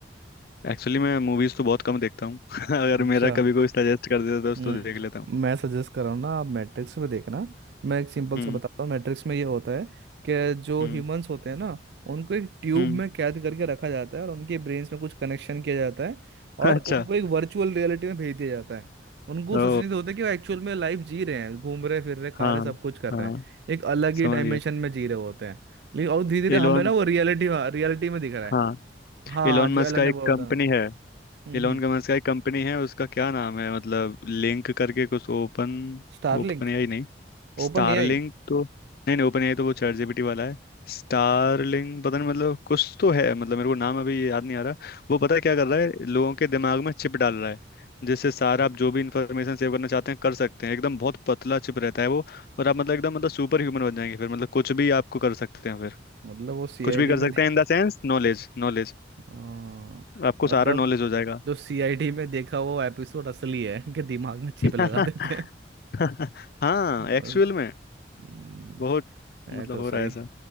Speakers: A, on the left; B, on the right.
A: एक्चुअली मैं मूवीज़ तो बहुत कम देखता हूँ <laughs> अगर
B: अच्छा,
A: मेरा कभी कोई सजेस्ट कर देता है तो उसको
B: हम्म
A: देख लेता हूँ
B: मैं सजेस्ट कर रहा हूँ ना आप मैट्रिक्स में देखना मैं एक सिंपल
A: हम्म
B: सा बताता हूँ मैट्रिक्स में ये होता है कि जो
A: हम्म
B: ह्यूमंस होते हैं ना उनको एक ट्यूब
A: हम्म
B: में कैद करके रखा जाता है और उनके ब्रेन्स में कुछ कनेक्शन किया जाता है
A: <laughs>
B: और
A: अच्छा
B: उनको एक वर्चुअल रियलिटी में भेज दिया जाता है उनको सचेत
A: ओ
B: होता है कि वो एक्चुअल में लाइफ जी रहे हैं घूम रहे फिर रहे खा
A: हाँ
B: रहे सब कुछ कर
A: हाँ
B: रहे हैं एक अलग
A: समझ
B: ही डायमेंशन
A: गया
B: में जी रहे होते हैं लेकिन और धीरे धीरे
A: एलोन
B: हमें ना वो रियलिटी रियलिटी में दिख रहा है
A: हाँ
B: हाँ
A: एलोन मस्क
B: जो एलन
A: का
B: ने
A: एक
B: बोला
A: कंपनी
B: था
A: है
B: हम्म
A: इलोन
B: हम्म
A: गमस का एक कंपनी है उसका क्या नाम है मतलब लिंक करके कुछ ओपन
B: स्टारलिंक
A: ओपन एआई नहीं स्टारलिंक
B: OpenAI
A: तो नहीं नहीं ओपन एआई तो वो चैट जीपीटी वाला है स्टारलिंक पता नहीं मतलब कुछ तो है मतलब मेरे को नाम अभी याद नहीं आ रहा वो पता है क्या कर रहा है लोगों के दिमाग में चिप डाल रहा है जिससे सारा आप जो भी इंफॉर्मेशन सेव करना चाहते हैं कर सकते हैं एकदम बहुत पतला चिप रहता है वो और आप मतलब एकदम मतलब सुपर ह्यूमन बन जाएंगे फिर मतलब कुछ भी आपको कर सकते हैं फिर
B: मतलब वो सीआईडी
A: कुछ भी कर
B: में
A: सकते
B: दे...
A: हैं in the sense knowledge knowledge
B: हाँ,
A: आपको
B: मतलब
A: सारा नॉलेज हो जाएगा
B: जो सीआईडी में देखा वो एपिसोड असली है कि दिमाग में चिप
A: <laughs>
B: लगा देते हैं
A: <laughs> हाँ
B: बस,
A: एक्चुअल में
B: हम्म,
A: बहुत मतलब
B: है तो
A: हो
B: सही
A: रहा है ऐसा